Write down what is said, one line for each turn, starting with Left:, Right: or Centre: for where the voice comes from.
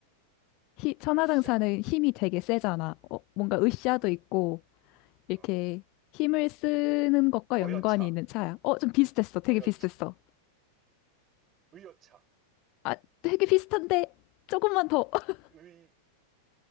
Left: 히, 천하장사는
Right: 으쌰.
Left: 힘이 되게 세잖아. 어, 뭔가 으쌰도
Right: 어,
Left: 있고,
Right: 어,
Left: 이렇게 힘을 쓰는 것과
Right: 어여차.
Left: 연관이 있는 차야. 어, 좀 비슷했어. 되게
Right: 어여차.
Left: 비슷했어.
Right: 의여차.
Left: 아, 되게 비슷한데, 조금만 더. <laughs>
Right: 의,